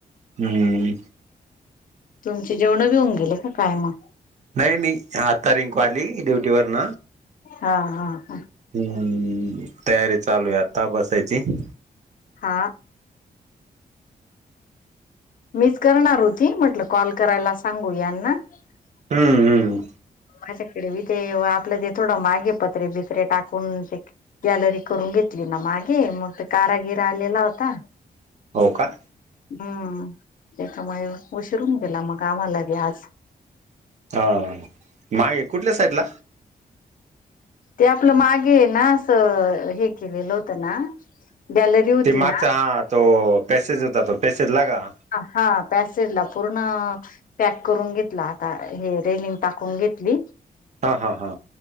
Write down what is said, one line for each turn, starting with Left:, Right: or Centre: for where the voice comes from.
Right: हम्म
Left: तुमची जेवण बि हुन गेले का काय मग?
Right: नाही नाही आत्ता रिंकू आली ड्युटी वरन..
Left: हा हा हा
Right: हम्म.. तयारी चालू हाय आता बसायची.. !
Left: हा मीच करणार होती म्हटलं कॉल करायला सांगू यांना.. !
Right: हम्म
Left: <inaudible>
Right: हम्म
Left: एरवी ते.. आपलं ते थोडं मागे पत्रे भितरे टाकून ते गॅलरी करून घेतली ना मागे मग ते कारागिर आलेला होता
Right: हो का
Left: हम्म त्याच्यामुळे उशीरून गेला मग कामाला बि आज
Right: हा मागे कुठल्या साईड ला?
Left: ते आपलं मागे ना असं हे केलेलं होतं ना गॅलरी होती
Right: ते मागचा
Left: ना
Right: हा तो पॅसेज होता तो पॅसेज लागा
Left: ह हा प्यासरला पूर्ण पॅक करून घेतला आता हे रेलिंग टाकून घेतली
Right: हा हा हा